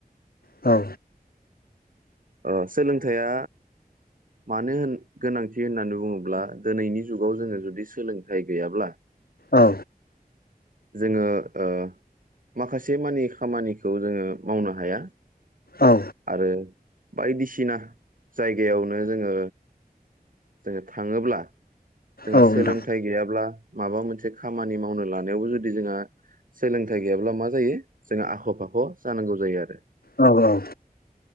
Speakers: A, on the left; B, on the right.
A: औ
B: ओ सोलोंथाइया मानो होन गोनांथि थि होननानै बुङोब्ला दिनैनि जुगाव जोङो जुदि सोलों थाय गैयाब्ला
A: औ
B: जोङो ओ माखासे मानि खामानि खौ जोङो मावनो हाया
A: औ
B: आरो बायदिसिना जायगायावनो जोङो जोङो थाङोब्ला जोंहा
A: औ
B: सोलोंथाइ
A: नोंथां
B: गैयाब्ला माबा मोनसे खामानि मावनो लानायावबो जुदि जोंहा सोलोंथाइ गैयाब्ला मा जायो जोंहा आख' फाख' जानांगौ जायो आरो
A: औ औ